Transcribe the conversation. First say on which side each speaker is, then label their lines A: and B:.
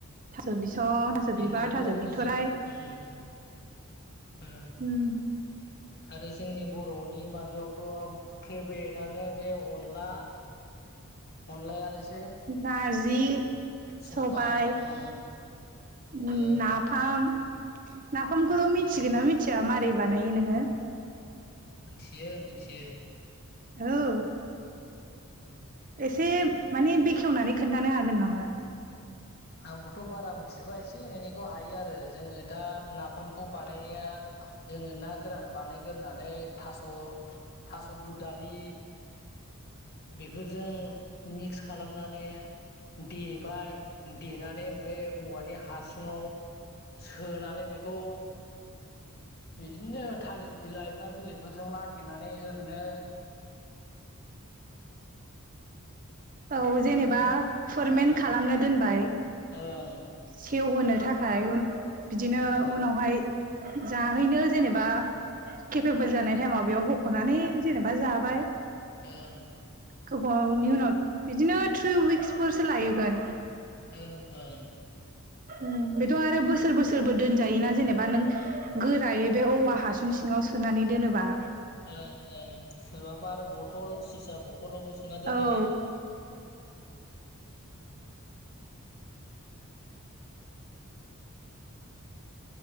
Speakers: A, on the right; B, on the left.
A: थास' बिस ओ थास'
B: जोंनियावबो
A: बिबार थास' बिथराय
B: जो उम ओ
A: उम।
B: आरो जोंनि बर'नि माबायावथ' फेभरेटआनो बे अनला अनला यानोसै
A: नाजि
B: सबाय
A: सबायाइ।
B: उम
A: उम
B: ओं
A: नाफाम नाफामखौथ' मिथिगोना
B: उम
A: मिथिया मारै बानायो नोङो।
B: मिनथियो मिथियो।
A: हेलौ
B: उम
A: एसे माने बेखेवनानै खोनथानो हागोन नामा?
B: आंबोथ' बारा मिनथिजोबा एसे एनैखौ हायोआरो जोङो दा नाफामखौ बानायनाया जोङो ना गोरान बानायग्रोनानै थास' थास' दुदालि बेफोरजों मिक्स खालामनाने देबाय देनानै ओमफाय औवानि हासुङाव सोनानै बेखौ बिदिनो थालिर बिलाइ मा बिलाइ फोरजों माथेनानै ओरैनो <inaudible> माने
A: औ
B: माबायाव
A: जेनेबा फोरमेन
B: ओं
A: खालामनो दोनबाय से
B: ओं
A: सेेवहोनो थाखाय उन बिदिनो
B: ओं
A: उनावहाय जाहैनो जेनेबा खेफेबोल जानाय थायेमाव बेयाव बखनानै जेनेबा जाबाय।
B: ओं
A: गोबावावनि उनाव बिदिनो थ्रि उयिकस फोरसो लाहैगोन।
B: उम उम।
A: उम बेथ' आरो बोसोर बोसोरबो दोनजायोना जेनेबा नों गोरायै बे औवा हासुं सि सिङाव सोनानै दोनोबा।
B: ओं ओं सोरबाबा आरो बथल सिसा ब थलावबो सोनादोनो।
A: औ